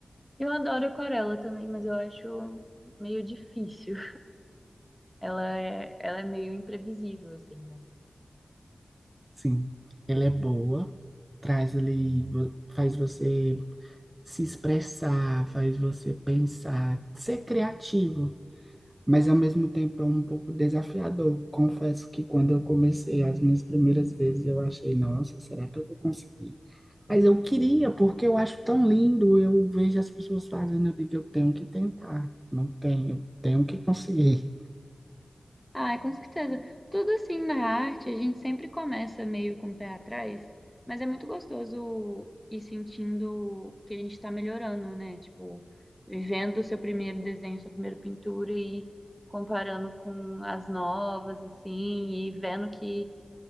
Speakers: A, in the centre; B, on the right.
A: Eu adoro aquarela também, mas eu acho meio difícil. Ela é, ela é meio imprevisível, assim, né?
B: Sim, ela é boa, traz ali, vo- faz você se expressar, faz você pensar, ser criativo, mas ao mesmo tempo é um pouco desafiador. Confesso que quando eu comecei as minhas primeiras vezes, eu achei, nossa, será que eu vou conseguir? Mas eu queria, porque eu acho tão lindo, eu vejo as pessoas fazendo, eu digo, eu tenho que tentar, não tenho, tenho que conseguir.
A: Ah, com certeza. Tudo assim na arte, a gente sempre começa meio com o pé atrás, mas é muito gostoso ir sentindo que a gente está melhorando, né? Tipo, vendo o seu primeiro desenho, sua primeira pintura e comparando com as novas, assim, e vendo que,